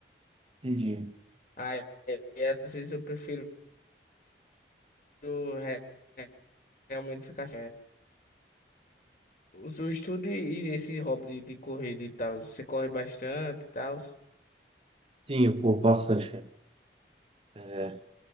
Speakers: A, on the right (about 30°); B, on the left (about 45°).
A: Entendi.
B: Aí, às vezes eu prefiro re- realmente ficar. O o estudo e e esse hobby de, de corrida e tal, você corre bastante e tal.
A: Sim, eu corro bastante, cara. É,